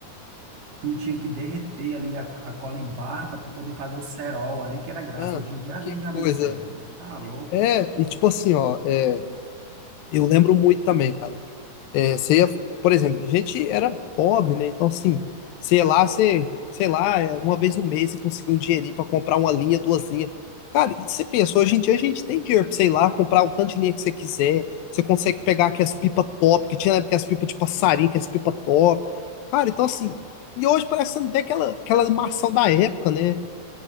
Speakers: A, on the right; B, on the left.
A: Tu tinha que derreter ali a, a cola em barra para tu poder fazer o cerol ali, que era graça.
B: Não,
A: Hoje em dia a
B: que
A: linha já
B: coisa.
A: vem com cerol. Tá louco?
B: É, e tipo assim, ó, é, eu lembro muito também, cara. É, você ia, por exemplo, a gente era pobre, né? Então, assim, sei lá, você, sei lá, é, uma vez no mês você conseguia um dinheirinho pra comprar uma linha, duas linhas. Cara, e você pensa, hoje em dia a gente tem dinheiro pra, sei lá, comprar o tanto de linha que você quiser. Você consegue pegar aquelas as pipas top, que tinha na época as pipas de passarinho, que as pipas top. Cara, então assim, e hoje parece que você não tem aquela, aquela animação da época, né?